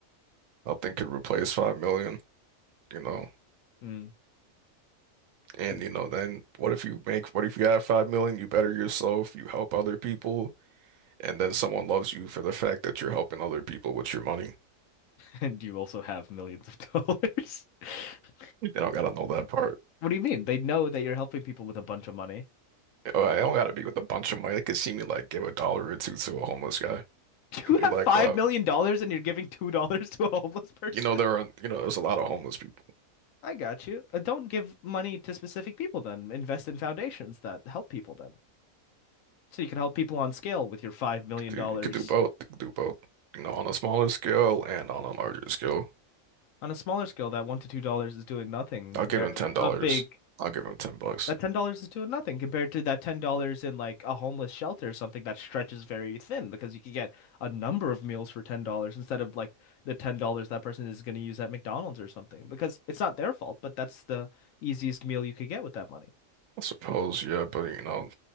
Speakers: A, on the right (about 75°); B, on the left (about 75°).
A: nothing could replace five million, you know.
B: Mm.
A: And
B: <laughs>
A: you know, then what if you make, what if you have five million, you better yourself, you help other people, and then someone loves you for the fact that you're helping other people with your money.
B: And you also have millions of dollars. <laughs>
A: They don't gotta know that part.
B: What do you mean? They know that you're helping people with a bunch of money.
A: Oh, I don't gotta be with a bunch of money. They could see me like give a dollar or two to a homeless guy
B: <laughs>
A: and
B: You
A: be
B: have
A: like,
B: five
A: wow.
B: million dollars and you're giving two dollars to a homeless person.
A: You know, there are, you know, there's a lot of homeless people
B: I got you. Uh, Don't give money to specific people then. Invest in foundations that help people then. So you can help people on scale with your five million
A: Dude,
B: dollars.
A: you could do both. You could do both. You know, on a smaller scale and on a larger scale.
B: On a smaller scale, that one to two dollars is doing nothing,
A: I'll
B: where
A: give him ten dollars.
B: a big
A: I'll give him ten bucks.
B: that ten dollars is doing nothing compared to that ten dollars in like a homeless shelter or something that stretches very thin because you can get a number of meals for ten dollars instead of like the ten dollars that person is going to use at McDonald's or something because it's not their fault, but that's the easiest meal you could get with that money.
A: I suppose, yeah, but you know,